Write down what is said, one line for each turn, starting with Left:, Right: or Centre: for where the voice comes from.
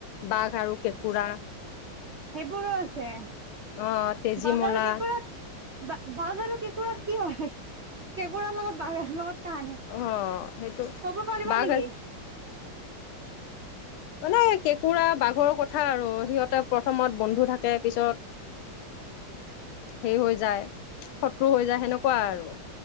Left: বাঘ আৰু কেঁকোৰা
Right: সেইবোৰো আছে
Left: অ', তেজীমলা
Right: বাঘ আৰু কেকোৰা বা বাঘ আৰু কেঁকোৰা কি হয় কেকোৰাৰ লগত বাঘ লগত কাহানী
Left: অ', সেইটো
Right: কব পাৰিবা
Left: বাঘ
Right: নেকি <inaudible>
Left: মানে কেঁকুৰা বাঘৰ কথা আৰু সিহঁতে প্ৰথমত বন্ধু থাকে পিছত
Right: <inaudible>
Left: সেই হৈ যায় শত্ৰু হৈ যায় সেনেকুৱা আৰু